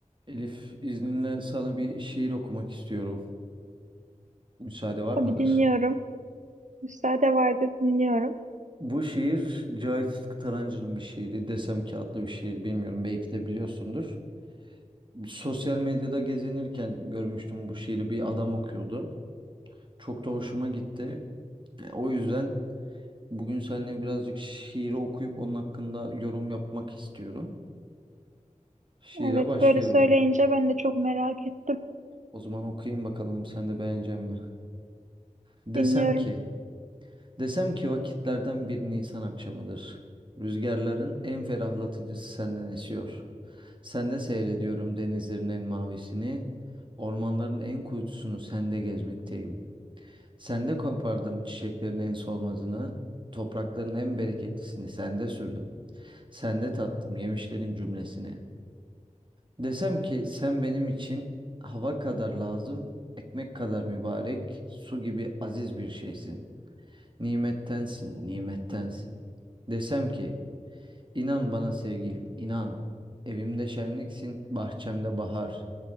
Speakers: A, on the right (about 35°); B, on the right (about 65°).
A: Elif, izninle sana bir şiir okumak istiyorum. Müsaade var
B: Tabii
A: mıdır?
B: dinliyorum. Müsaade vardı dinliyorum.
A: Bu şiir Cahit Sıtkı Tarancı'nın bir şiiri. Desem ki adlı bir şiir. Bilmiyorum belki de biliyorsundur. Sosyal medyada gezinirken görmüştüm bu şiiri. Bir adam okuyordu. Çok da hoşuma gitti. E, O yüzden bugün seninle birazcık şiiri okuyup onun hakkında yorum yapmak istiyorum. Şiire
B: Evet
A: başlıyorum.
B: böyle söyleyince ben de çok merak ettim.
A: O zaman okuyayım bakalım sen de beğenecek mi? Desem
B: Dinliyorum.
A: ki Desem ki vakitlerden bir Nisan akşamıdır. Rüzgarların en ferahlatıcısı senden esiyor. Sende seyrediyorum denizlerin en mavisini, ormanların en kuytusunu sende gezmekteyim. Sende kopardım çiçeklerin en solmazını, toprakların en bereketlisini sende sürdüm. Sende tattım yemişlerin cümlesini. Desem ki sen benim için hava kadar lazım, ekmek kadar mübarek, su gibi aziz bir şeysin. Nimettensin, nimettensin. Desem ki, inan bana sevgilim, inan. Evimde şenliksin, bahçemde bahar.